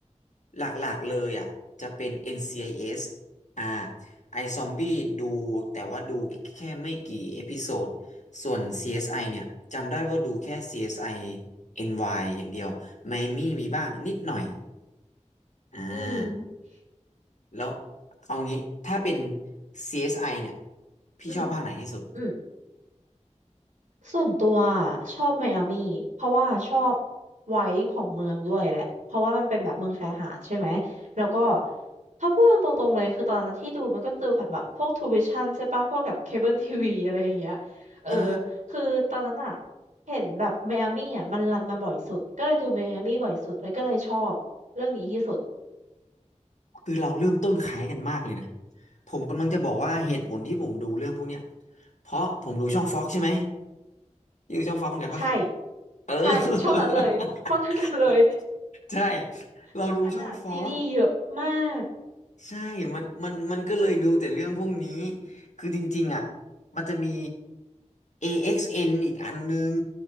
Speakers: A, on the left; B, on the right.
A: หลักๆเลยอ่ะจะเป็น NCIS อนซีไอเอสอ่าไอซอมบี้ดูแต่ว่าดูแค่ไม่กี่เอพิโซดส่วน CSI เอสไอเนี่ยจำได้ว่าดูแค่ CSI NY อสไอเอ็นวายอย่างเดียวไมอามี่มีบ้างนิดหน่อยอ่า
B: อืม
A: แล้วเอางี้ถ้าเป็น CSI เอสไอเนี่ยพี่ชอบภาคไหนที่สุด
B: อืม อืมส่วนตัวชอบไมอามี่เพราะว่าชอบไว้ของเมืองด้วยแหละเพราะว่ามันเป็นแบบเมืองชายหาดใช่ไหมแล้วก็ถ้าพูดตรงๆเลยคือตอนนั้นที่ดูมันก็ดูแบบแบบพวกทูวิชั่นใช่ปะพวกแบบเคเบิลทีวีอะไรอย่างเงี้ยเออ
A: อ่า
B: คือตอนนั้นอ่ะเห็นแบบไมอามี่อ่ะมันรันมาบ่อยสุดก็เลยดูไมอามี่บ่อยสุดแล้วก็เลยชอบเรื่องนี้ที่สุด
A: คือเราเริ่มต้นขายกันมากเลยนะ ผมกำลังจะบอกว่าเหตุผลที่ผมดูเรื่องพวกเนี้ยเพราะผมดูช่องฟ็อกใช่ไหมอยูช่องฟ็อกกันปะ
B: ใช่
A: เออ
B: ใช่ช่วงนั้นเลยช่วงนั้นกันเลย
A: <laughs> ใช่ เราดูช่องฟอก
B: ช่วงนั้นอ่ะซีรีส์เยอะมาก
A: ใช่มันมันมันก็เลยดูแต่เรื่องพวกนี้ คือจริงๆอ่ะมันจะมี AXN อเอ็กซ์เอ็นอีกอันนึง